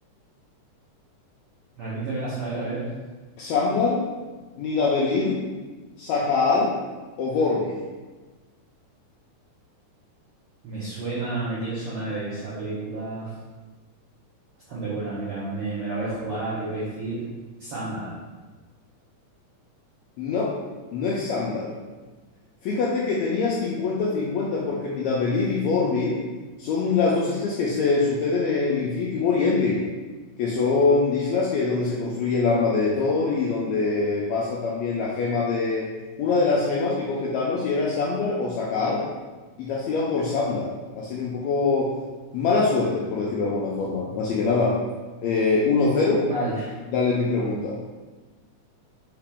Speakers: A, on the right; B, on the left.
A: repítemela a ver, a ver.
B: ¿Xandar, Nidavellir, Sakaar o Vormir?
A: Me suena, me quiere sonar esa película bastante buena. Mira, me, me la voy a jugar y voy a decir Sandar.
B: No, no es Xandar. Fíjate que tenías 50-50 porque Nidavellir y Vormir son las dos islas que se suceden en Infinity War y Endgame, que son islas que donde se construye el arma de Thor y donde pasa también la gema de una de las gemas que coge Thanos y era Sandar o Sakaar y te has tirado por Sandar. Has tenido un poco mala suerte, por decirlo de alguna forma. Así que nada, eh, 1-0,
A: vale
B: dale mi pregunta.